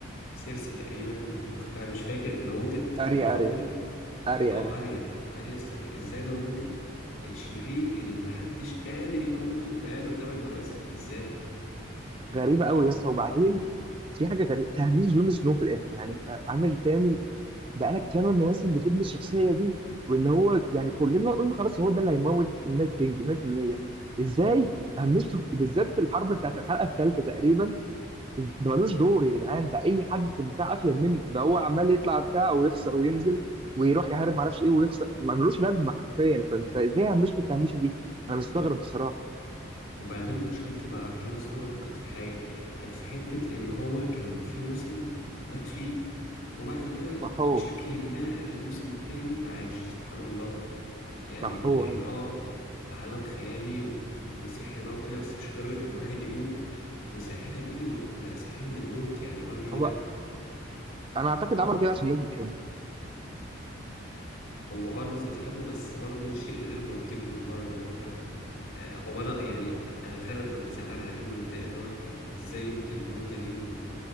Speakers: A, on the left; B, on the right.
A: سيرسي تقريبا ولا اختها مش فاكر موتت
B: اري
A: الراجل
B: اري اري
A: اه
B: اري
A: اريا اريا ستارك ازاي موتت الشرير اللي محدش قادر يموته بقاله 8 مواسم ازاي
B: غريبه قوي يا اسطى وبعدين في حاجه غريبه تهميش جون سنو في الاخر يعني انت عامل تعمل بقالك ثمان مواسم بتبني الشخصيه دي وان هو يعني كلنا قلنا خلاص هو ده اللي هيموت النايت كينج 100% ازاي همشته بالذات في الحرب بتاعت الحلقه الثالثه تقريبا ده ملوش دور يا جدعان ده اي حد في البتاع افيد منه ده هو عمال يطلع بتاع ويخسر وينزل ويروح يحارب معرفش ايه ويخسر ملوش لازمه حرفيا فانت ازاي عمشتوا التهميشه دي انا مستغرب بصراحه
A: وبعدين مشكلتي مع جون سنو برضو كانت في حاجة كانت في حتة ان هو كان في موسم مات فيه وبعد كده
B: صحوه
A: بشكل ما الموسم التاني عاش سبحان الله يعني
B: صحوه
A: احنا
B: أيوة.
A: اه في عالم خيالي و... وسحر بقى وكده بس مش لدرجة ان الواحد يموت وساحرة تيجي وتصحيه من الموت يعني برضو دي
B: هو
A: كانت
B: انا اعتقد عملوا كده عشان الناس بتحبه
A: هو اه الناس بتحبه بس برضو شيء غير منطقي بالمرة ان انت آه، هو انا يعني انا فعلا كنت زعلان عليه ومتضايق اللي هو ازاي يموت الموتة دي و...